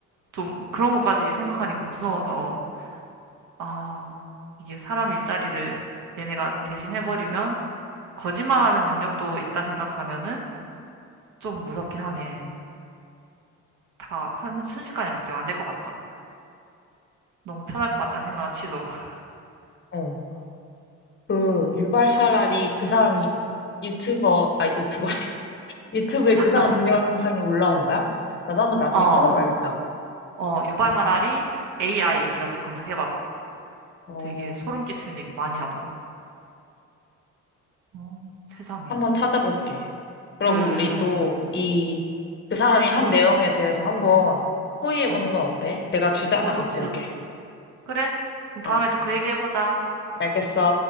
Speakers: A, on the right; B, on the left.
A: 좀 그런 것까지 생각하니까 무서워서, 아, 이게 사람 일자리를 얘네가 대신 해버리면 거짓말하는 능력도 있다 생각하면은 좀 무섭긴 하네. 다 한, 순식간에 바뀌면 안 될 것 같다. 너무 편할 것 같다는 생각은 취소. <laughs>
B: 어. 그 유발 하라리 그 사람이 유튜버, 아, 유튜버, <laughs> 유튜브에
A: 작가,
B: 그 사람
A: 작가.
B: 동영상이 올라온 거야? 나도 한번 나중에
A: 어,
B: 찾아봐야겠다.
A: 어, 유발 하라리 AI 이렇게 검색해봐봐.
B: 어,
A: 되게 소름 끼치는 얘기 많이 하더라. 어, 세상에.
B: 한번 찾아볼게.
A: 이렇게.
B: 그러고
A: 음,
B: 우리 또 이, 그 사람이 한 내용에 대해서 한번 토의해보는
A: 어,
B: 건 어때? 내가 주제 하나
A: 어, 좋지,
B: 갖고
A: 좋지.
B: 올게.
A: 그래? 그럼 다음에
B: 어,
A: 또 그 얘기 해보자.
B: 알겠어.